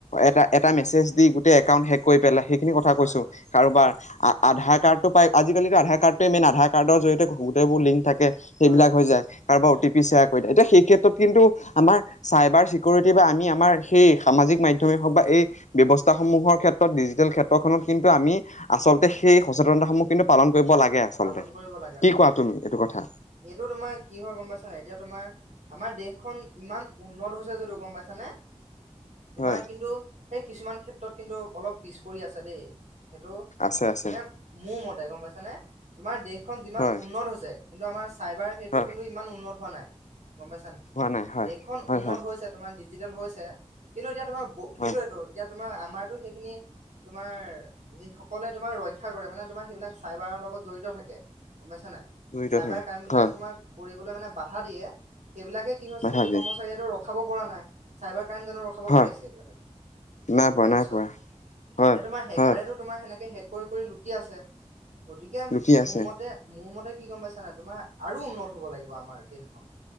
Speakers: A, on the left (about 80°); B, on the right (about 85°).
A: এটা
B: উঠি দিয়ে
A: এটা
B: হয়
A: মেছেজ দি গোটেই একাউট হেক কৰি পেলাই সেইখিনি কথা
B: হয়
A: কৈছো
B: হয়
A: কাৰোবাৰ
B: হয়
A: আধাৰ কাৰ্ড
B: উম
A: টো পাই আজিকালিতো আধাৰ কাৰ্ডটোৱে মেইন আধাৰ কাৰ্ডৰ জৰিয়তে বহু গোটেই বোৰ লিংক থাকে সেইবিলাক
B: হয় হয়
A: হৈ
B: হয়
A: যায় কাৰোবাৰ O
B: um
A: T P share কৰি এতিয়া সেই ক্ষেত্ৰত
B: উম
A: কিন্তু আমাৰ চাইবাৰ চিকিউৰিটি বা আমি আমাৰ সেই সামাজিক মাধ্যমে হওক বা এই ব্যয়ৱস্থা
B: উম
A: সমূহৰ ক্ষেত্ৰত ডিজিটেল ক্ষেত্ৰখনত কিন্তু আমি আচলতে
B: হয়
A: সেই সচেতনসমূহ কিন্তু পালন কৰিব লাগে আচলতে।
B: পালন কৰিব লাগে
A: কি
B: হয়
A: কোৱা
B: হয়
A: তুমি
B: এইটো
A: কথা?
B: তোমাৰ কি হয় গম পাইছানে এতিয়া তোমাৰ আমাৰ দেশখন ইমান উন্নত হৈছে যদি গম পাইছানে তোমাৰ
A: হয়,
B: কিন্তু সেই কিছুমান ক্ষেত্ৰত কিন্তু অলপ পিছ পৰি আছে দেই সেইটো
A: আছে আছে
B: মানে মোৰ মতে গম পাইছানে তোমাৰ দেশখন যিমান
A: হয়
B: উন্নত হৈছে কিন্তু আমাৰ চাইবাৰ সেইটো
A: হয়
B: কিন্তু ইমান উন্নত হোৱা নাই গম পাইছেনে
A: হোৱা নাই হয়।
B: দেশখন
A: হয়
B: উন্নত
A: হয়
B: হৈছে তোমাৰ ডিজিটেল হৈছে কিন্তু এতিয়া তোমাৰ সেইটোৱেটো
A: হয়
B: এতিয়া তোমাৰ আমাৰতো সেইখিনি তোমাৰ যি সকলে তোমাৰ ৰক্ষা কৰে মানে তোমাৰ সেইবিলাক চাইবাৰৰ লগত জড়িত থাকে গম পাইছানে
A: জড়িত
B: চাইবাৰ
A: থাকে
B: ক্ৰাইমবিলাক
A: হয়
B: তোমাৰ। কৰিবলৈ মানে বাধা দিয়ে সেইবিলাকে কি হৈছে
A: নাথাকে
B: সেই কৰ্মচাৰীয়েটো ৰ খাব পৰা নাই চাইবাৰ ক্ৰাইম জানো ৰ <unintelligible> তোমাৰ
A: হয়
B: সেনেকে
A: নাই পোৱা নাই
B: শেষ
A: পোৱা হয়। হয়
B: কৰি কৰি লুটি আছে গতিকে
A: লুটি
B: মোৰ
A: আছে
B: মতে মোৰ মতে কি গম পাইছা নাই তোমাৰ আৰু উন্নত হ'ব লাগিব আমাৰ দেশখন